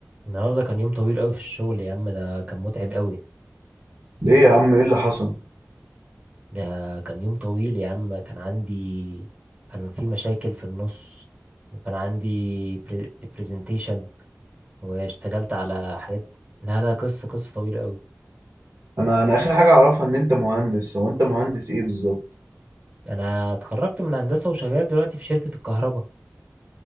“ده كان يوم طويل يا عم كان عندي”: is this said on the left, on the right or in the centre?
Right